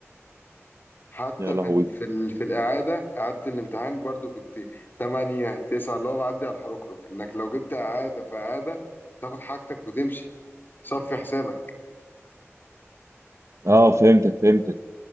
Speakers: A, on the left; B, on the right.
A: حتى
B: يا لهوي
A: في ال في ال في الإعادة إعادة الامتحان برضو كنت تمانية تسعة اللي هو بعدي على الحركرك إنك لو جبت إعادة في إعادة تاخد حاجتك وتمشي صفي حسابك
B: اه فهمتك فهمتك